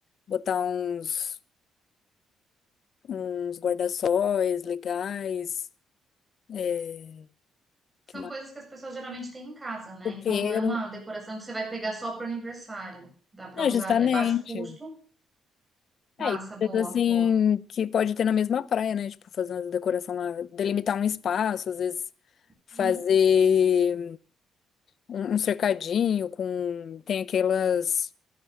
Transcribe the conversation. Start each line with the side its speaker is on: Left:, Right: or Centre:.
Left: botar uns, uns guarda-sóis legais, é,
Right: São
Left: que mais?
Right: coisas que as pessoas geralmente têm em casa, né?
Left: coqueiro.
Right: Então não é uma decoração que você vai pegar só pro aniversário. Dá pra
Left: É,
Right: usar,
Left: justamente.
Right: é baixo custo. Massa,
Left: É, e
Right: boa,
Left: coisas assim
Right: boa.
Left: que pode ter na mesma praia, né? Tipo, fazer uma decoração lá, delimitar um espaço, às vezes fazer
Right: Hum,
Left: um, um cercadinho com. Tem aquelas.